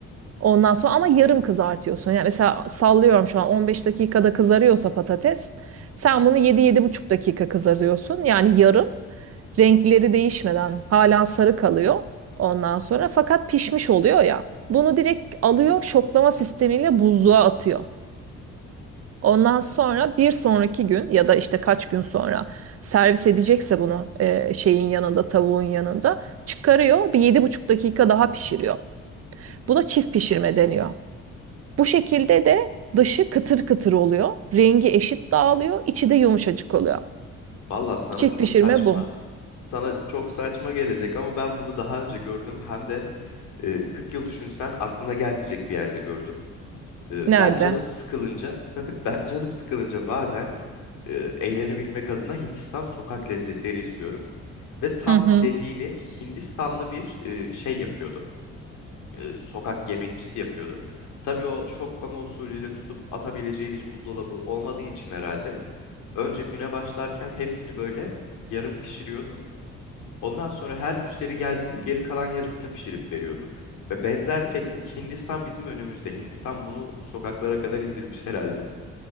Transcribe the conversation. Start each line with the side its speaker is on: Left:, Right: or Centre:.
Right: Ondan sonra ama yarım
Left: Hı?
Right: kızartıyorsun. Yani mesela sallıyorum şu an 15 dakikada kızarıyorsa patates, sen bunu 7 buçuk dakika kızarıyorsun. Yani yarım renkleri değişmeden hala sarı kalıyor ondan sonra fakat pişmiş oluyor ya. Bunu direkt alıyor şoklama sistemiyle buzluğa atıyor. Ondan sonra bir sonraki gün ya da işte kaç gün sonra servis edecekse bunu e, şeyin yanında tavuğun yanında çıkarıyor bir yedi buçuk dakika daha pişiriyor. Buna çift pişirme deniyor. Bu şekilde de dışı kıtır kıtır oluyor. Rengi eşit dağılıyor. içi de yumuşacık oluyor.
Left: Vallahi sana
Right: Çift
Left: çok
Right: pişirme
Left: saçma
Right: bu.
Left: sana çok saçma gelecek ama ben bunu daha önce gördüm hem de e, 40 yıl düşünsen aklına gelmeyecek bir yerde gördüm. E,
Right: Nerede?
Left: ben canım sıkılınca <laughs> ben canım sıkılınca bazen e, eğlenebilmek adına Hindistan sokak lezzetleri izliyorum ve tam
Right: Hı hı.
Left: bu dediğini Hindistanlı bir e, şey yapıyordu. e, sokak yemekçisi yapıyordu. Tabii o şoklama usulüyle tutup atabileceği bir buzdolabı olmadığı için herhalde önce güne başlarken hepsini böyle yarım pişiriyordu. Ondan sonra her müşteri geldiğinde geri kalan yarısını pişirip veriyordu. Ve benzer teknik Hindistan bizim önümüzde. Hindistan bunu sokaklara kadar indirmiş herhalde.